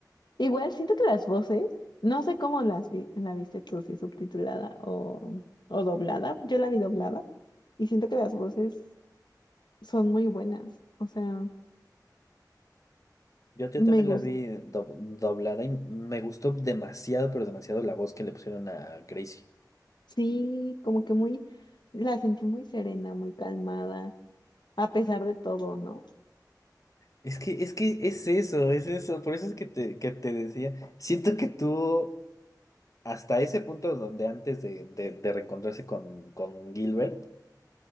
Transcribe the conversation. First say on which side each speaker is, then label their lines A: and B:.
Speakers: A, on the left; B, on the left.
A: Igual siento que las voces, no sé cómo las vi, la viste tú, si subtitulada o, o doblada. Yo la vi doblada y siento que las voces son muy buenas. O sea,
B: Yo, yo
A: me
B: también
A: gustó.
B: la vi do- doblada y me gustó demasiado, pero demasiado la voz que le pusieron a Gracie.
A: Sí, como que muy, la sentí muy serena, muy calmada, a pesar de todo, ¿no?
B: Es que, es que es eso, es eso. Por eso es que te, que te decía. Siento que tuvo hasta ese punto donde antes de, de, de reencontrarse con, con Gilbert,